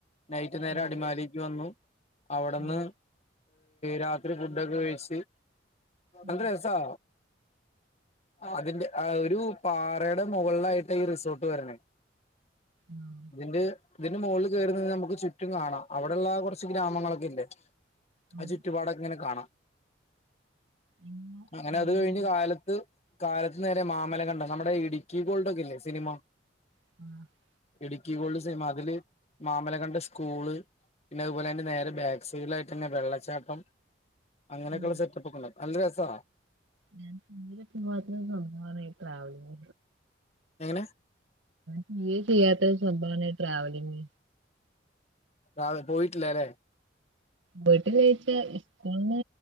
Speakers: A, on the left; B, on the right.
A: നൈറ്റ് നേരെ
B: ആ
A: അടിമാലിക്ക് വന്നു അവിട്ന്ന്
B: ഉം,
A: രാത്രി ഫുഡൊക്കെ കഴിച്ച്
B: ഉം,
A: നല്ല രസാ അതിന്റെ ഒരു പാറയുടെ മുകളിലായിട്ടാ ഈ റിസോർട്ട് വര്ണെ
B: ആ
A: ഇതിന്റെ ഇതിന്റെ മോളിൽ കേറിനിന്ന നമുക്ക് ചു റ്റും കാണാം അവിടെള്ള കൊറച്ച് ഗ്രാമങ്ങളൊക്കെ ഇല്ലേ
B: ഉം
A: ആ ചുറ്റുപാടൊക്കെ ഇങ്ങനെ കാണാം
B: ഉം
A: അങ്ങനെ
B: പിന്നെ
A: അത് കഴിഞ്ഞ്
B: ഉം
A: കാലത്ത് കാലത്ത് നേരെ മാമല കണ്ട് നമ്മുടെ ഇടുക്കി ഗോൾഡൊക്കെല്ലേ സിനിമ
B: <inaudible>
A: ഇടുക്കി ഗോൾഡ് സിനിമ അതില് മാമലകണ്ട സ്കൂള് പിന്നെ അതുപോലെ തന്നെ നേരെ ബാക്ക് സൈഡിലായിട്ട് തന്നെ വെള്ളച്ചാട്ടം അങ്ങനെക്കെള്ള
B: ഉം
A: സെറ്റപ്പൊക്കെള്ളെ നല്ല രസാ
B: ഞാൻ പിന്നിൽ എത്തുമ്പോൾ സ്വന്തമാണ് ഈ ട്രാവല്
A: എങ്ങനെ
B: തീരെ ചെയ്യാത്തൊരു സംഭവമാണ് ട്രാവലിങ്
A: ട്രാവ പോയിട്ടില്ല ലെ
B: പോയിട്ടില്ലേയ്ച്ച സ്കൂൾന്ന്